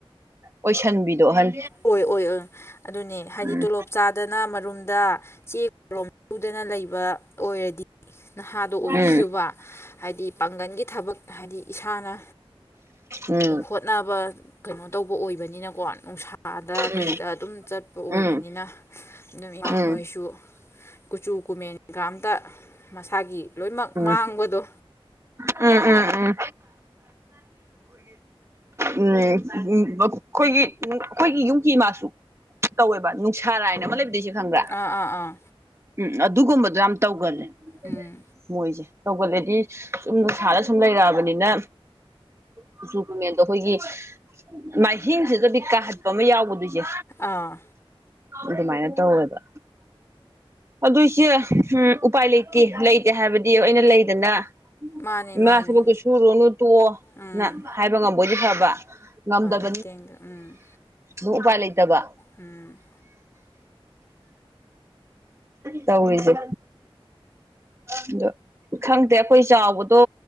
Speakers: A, on the right; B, on the left.
A: ꯑꯣꯏꯁꯤꯟꯕꯤꯗꯣ ꯑꯍꯟ
B: ꯍꯣꯏ ꯑꯣꯏ ꯑꯣꯏ ꯑꯗꯨꯅꯦ ꯍꯥꯏꯗꯤ
A: ꯎꯝ
B: ꯇꯣꯂꯣꯞ ꯆꯥꯗꯅ ꯃꯔꯨꯝꯗ ꯆꯦ ꯁꯨꯗꯅ ꯂꯩꯕ ꯑꯣꯏꯔꯗꯤ ꯅꯍꯥꯗꯣ ꯑꯣꯏꯈꯤꯗꯨꯕ
A: ꯎꯝ
B: ꯍꯥꯏꯗꯤ ꯄꯥꯡꯒꯜꯒꯤ ꯊꯕꯛ ꯍꯥꯏꯗꯤ ꯏꯁꯥꯅ
A: ꯎꯝ
B: ꯍꯣꯠꯅꯕ ꯀꯩꯅꯣ ꯇꯧꯕ ꯑꯣꯏꯕꯅꯤꯅꯀꯣ ꯅꯨꯡꯁꯥꯗ
A: ꯎꯝ
B: ꯀꯩꯗ ꯑꯗꯨꯝ ꯆꯠ ꯑꯣꯏꯕꯅꯤꯅ
A: ꯎꯝ
B: ꯑꯗꯨꯅ ꯏꯃꯥ
A: ꯎꯝ ꯎꯝ
B: ꯍꯣꯏꯁꯨ ꯀꯨꯆꯨ ꯀꯨꯃꯦꯟꯒ ꯑꯃꯝꯇ ꯃꯁꯥꯒꯤ ꯂꯣꯏꯅꯃꯛ ꯃꯥꯡꯕꯗꯣ
A: ꯎꯝ ꯎꯝ ꯎꯝ ꯎꯝ ꯑꯩꯈꯣꯏꯒꯤ ꯎꯝ ꯑꯩꯈꯣꯏꯒꯤ ꯑꯩꯈꯣꯏꯒꯤ ꯌꯨꯝꯒꯤ ꯏ ꯃꯥꯁꯨ ꯇꯧꯋꯦꯕ ꯅꯨꯡꯁꯥꯔꯥꯏ ꯍꯥꯏꯅ ꯑꯃ ꯂꯩꯕꯗꯣꯏ ꯏꯆꯦ ꯈꯪꯕ꯭ꯔꯥ
B: ꯑꯥ ꯑꯥ ꯑꯥ
A: ꯎꯝ ꯑꯗꯨꯒꯨꯝꯕꯗꯣ ꯌꯥꯝ ꯇꯧꯒꯜꯂꯦ
B: ꯎꯝ
A: ꯃꯣꯏꯁꯦ ꯇꯧꯒꯜꯂꯦꯗꯤ ꯁꯨꯝꯗ ꯅꯨꯡꯁꯥꯗ ꯁꯨꯝ ꯂꯩꯔꯛꯑꯕꯅꯤꯅ ꯀꯨꯆꯨ ꯀꯨꯃꯦꯟ ꯑꯣ ꯑꯩꯈꯣꯏꯒꯤ ꯃꯥꯏꯍꯤꯡꯁꯤꯗꯗꯤ ꯀꯥꯍꯠꯄ ꯑꯃ ꯌꯥꯎꯒꯗꯣ ꯏꯆꯦ
B: ꯑꯥ
A: ꯑꯗꯨꯃꯥꯏꯅ ꯇꯧꯋꯦꯕ ꯑꯗꯨ ꯏꯆꯦ ꯎꯝ ꯎꯄꯥꯏ ꯂꯩꯇꯦ ꯂꯩꯇꯦ ꯍꯥꯏꯕꯗꯤ ꯑꯩꯅ ꯂꯩꯗꯅ
B: ꯃꯥꯅꯤ
A: ꯏꯃꯥ
B: ꯃꯥꯅꯤ
A: ꯊꯕꯛꯇꯨ ꯁꯨꯔꯅꯨ ꯇꯣꯛꯑꯣꯅ
B: ꯎꯝ
A: ꯍꯥꯏꯕ ꯉꯝꯕꯣꯏꯗꯤ ꯐꯕ ꯉꯝꯗꯕ
B: ꯃꯇꯦꯡ ꯎꯝ
A: ꯑꯗꯣ ꯎꯄꯥꯥꯏ ꯂꯩꯇꯕ
B: ꯎꯝ
A: ꯇꯧꯔꯤꯁꯦ ꯑꯗꯣ ꯈꯪꯗꯦ ꯑꯩꯈꯣꯏ ꯆꯥꯎꯕꯗꯣ